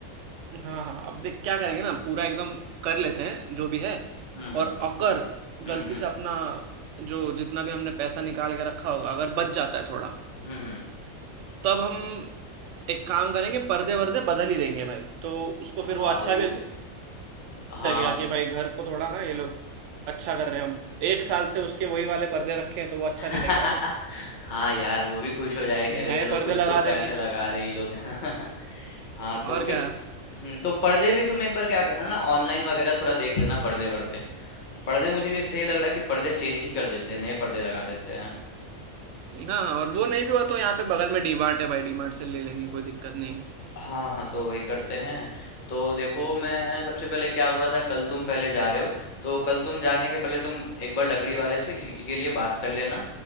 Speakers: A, on the right; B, on the left.
A: हाँ हाँ अब देख क्या करेंगे ना पूरा एकदम कर लेते हैं जो भी है
B: हुँ, हुँ।
A: और अगर
B: हुँ,
A: गलती
B: हुँ।
A: से अपना जो जितना भी हमने पैसा निकाल के रखा होगा अगर बच जाता है थोड़ा
B: हुँ, हुँ।
A: तब हम एक काम करेंगे पर्दे वर्दे बदल ही देंगे भाई तो उसको
B: हाँ,
A: फिर वो अच्छा
B: वो
A: भी
B: भी हाँ,
A: लगेगा
B: वो
A: कि भाई घर को थोड़ा ना ये लोग अच्छा कर रहे हैं हम एक साल से उसके वही वाले पर्दे रखे हैं तो वो अच्छा
B: <laughs>
A: नहीं लगेगा ना
B: हाँ यार वो भी खुश हो जाए कि अरे
A: नए
B: चलो
A: पर्दे
B: कुछ
A: लगा
B: तो पैसे
A: देंगे
B: लगा रहे हैं ये लोग <laughs> हाँ
A: और
B: तो फिर
A: क्या
B: हम्म, तो पर्दे भी तुम एक बार क्या करना ना ऑनलाइन वगैरह थोड़ा देख लेना पर्दे वर्दे तो पर्दे मुझे भी अब सही लग रहा है कि पर्दे चेंज ही कर देते हैं नए पर्दे लगा देते हैं
A: हाँ और वो नहीं भी हुआ तो यहाँ पे बगल में डी मार्ट है भाई डी मार्ट से ले लेंगे कोई दिक्कत नहीं है
B: हाँ हाँ तो वही करते हैं तो देखो मैं सबसे पहले क्या बोला था कल तुम पहले जा रहे हो तो कल तुम जाने के पहले तुम एक बार लकड़ी वाले से खिड़की के लिए बात कर लेना